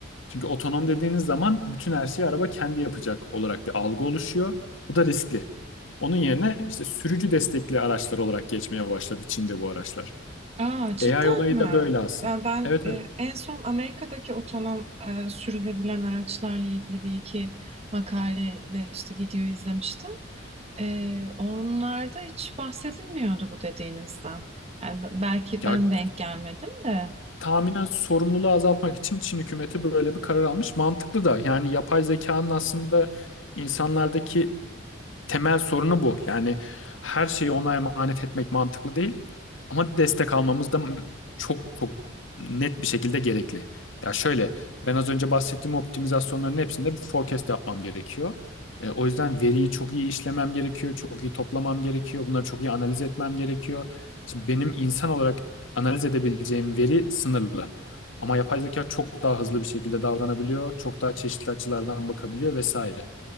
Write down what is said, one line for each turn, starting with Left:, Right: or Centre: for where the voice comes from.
Left: Çünkü otonom dediğiniz zaman bütün her şeyi araba kendi yapacak olarak bir algı oluşuyor. Bu da riskli. Onun yerine işte sürücü destekli araçlar olarak geçmeye başladı Çin'de bu araçlar.
Right: Aa, cidden
Left: AI olayı
Right: mi?
Left: da böyle aslında.
Right: Ben, ben
Left: Evet
Right: e,
Left: evet.
Right: en son Amerika'daki otonom e, sürülebilen araçlarla ilgili bir iki makale ve işte video izlemiştim. Ee, onlarda hiç bahsedilmiyordu bu dediğinizden. Yani b- belki
Left: Ya
Right: ben denk gelmedim de
Left: tahminen sorumluluğu azaltmak için Çin hükümeti böyle bir karar almış. Mantıklı da yani yapay zekanın aslında insanlardaki temel sorunu bu. Yani her şeyi ona emanet etmek mantıklı değil ama destek almamız da çok çok net bir şekilde gerekli. Ya şöyle ben az önce bahsettiğim optimizasyonların hepsinde bir forecast yapmam gerekiyor. E, o yüzden veriyi çok iyi işlemem gerekiyor, çok iyi toplamam gerekiyor, bunları çok iyi analiz etmem gerekiyor. Şimdi benim insan olarak analiz edebileceğim veri sınırlı. Ama yapay zeka çok daha hızlı bir şekilde davranabiliyor, çok daha çeşitli açılardan bakabiliyor vesaire.